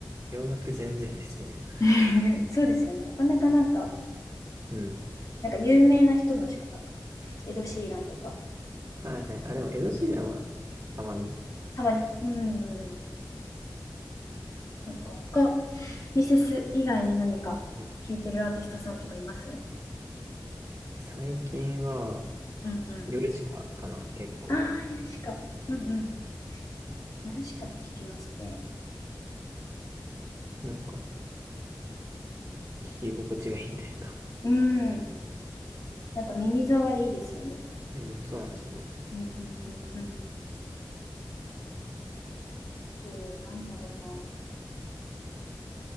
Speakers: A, on the right (about 35°); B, on the left (about 50°).
A: 洋楽全然ですね。
B: <laughs> そうですよね。なかなかなんか、
A: うん。
B: なんか有名な人のしかなんか、エド・シーランとか、
A: はいはい。あ、でも、エド・シーランはたまに。
B: たまに、うんうん、なんか他、ミセス以外に何か聞いてるアーティストさんとかいます
A: うん最近は、
B: うんうん
A: 夜しかかな、結構。
B: ああ、ヨルシカ。うんうん。ヨルシカも聞きますね。
A: なんか、聞き心地がいいというか。
B: うん。なんか耳障りいいですよね。
A: うん、そうなんですよね。
B: うんうんうんうん。と、なんだろうな。